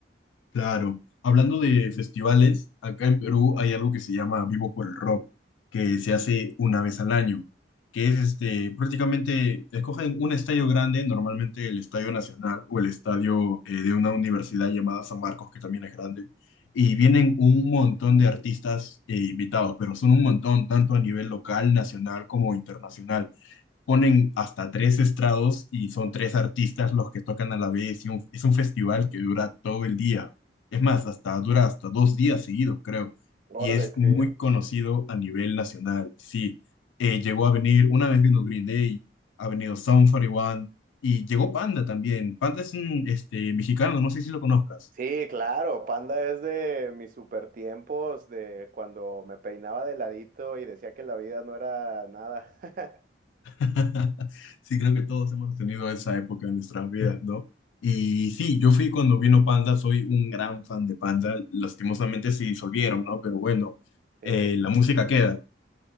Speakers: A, on the left (about 85°); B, on the right (about 45°).
A: Claro. Hablando de festivales, acá en Perú hay algo que se llama Vivo por el Rock, que se hace una vez al año, que es este, prácticamente, escogen un estadio grande, normalmente el Estadio Nacional o el estadio eh, de una universidad llamada San Marcos, que también es grande, y vienen un montón de artistas eh, invitados, pero son un montón, tanto a nivel local, nacional como internacional ponen hasta tres estrados y son tres artistas los que tocan a la vez y un- es un festival que dura todo el día. Es más, hasta dura hasta dos días seguidos, creo.
B: Órale,
A: Y es
B: qué
A: muy
B: bien.
A: conocido a nivel nacional. Sí, Eh, llegó a venir, una vez vino Green Day, ha venido Sum forty One y llegó Panda también. Panda es un este, mexicano, no sé si lo conozcas.
B: Sí, claro, Panda es de mis super tiempos, de cuando me peinaba de ladito y decía que la vida no era nada. <laughs>
A: <laughs> Sí, creo que todos hemos tenido esa época en nuestras vidas, ¿no? Y sí, yo fui cuando vino Panda, soy un gran fan de Panda, lastimosamente se disolvieron, ¿no? Pero bueno,
B: Sí,
A: eh, la música queda.